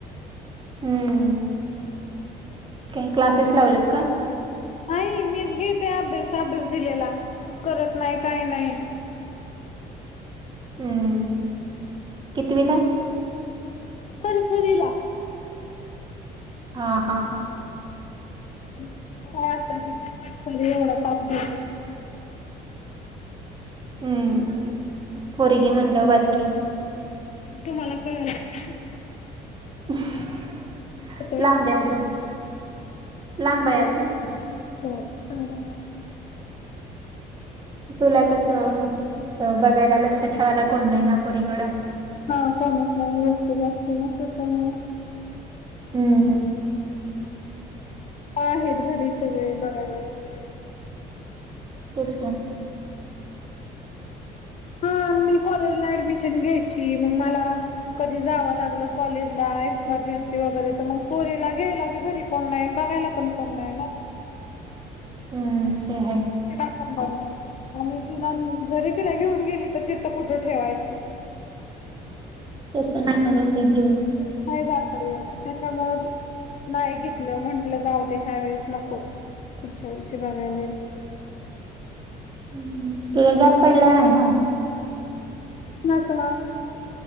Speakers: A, on the right; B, on the left.
A: हम्म. काही क्लासेस लावलेत का?
B: नाही मीच घेते अभ्यास अभ्यास दिलेला. करत नाही, काय नाही.
A: हम्म कितवीलाय?
B: तर्सरीला
A: हा हा हा.
B: सरीत हाय आत्ताशी तरी एवढा ताप देतय.
A: हम्म पोरगी म्हणल्यावर बारकी.
B: तुम्हाला कळल आता.
A: <unintelligible>
B: <unintelligible>
A: लांब आहे अजून
B: हा
A: लांब आहे
B: तो,
A: अजून
B: शांत आहे.
A: <unintelligible> चुला कसं अस बघायला लक्ष ठेवायला, कोण नाही ना पोरीकडं.
B: हा कोणच <unintelligible> ना मग त्याच्यामुळं.
A: हम्म.
B: आहेत घरी सगळे बघायला वगैरे.
A: तेच की.
B: हा मी कॉलेजला ॲडमिशन घ्यायची मग मला. कधी जावं लागलं कॉलेजला इमर्जन्सी वगैरे तर मग. चोरीला घ्यायला बी घरी कोण नाही आणि बघायला पण कोण नाही ना.
A: हम्म ते हायच.
B: त दखून बघणार आणि तिला जरी तिला घेऊन गेली तर तिथं कुठं ठेवायची?
A: तसं नाही ना जात आहे जेवण.
B: तस नाही जात येत त्यांच्यामुळं नाही घेतलं म्हटलं जाऊ दे ह्या वेळेस नकोच, पुुढच्या वर्षी बघायला येईल.
A: हम्म हम्म, तुझा गॅप पडला नाही ना.
B: नाता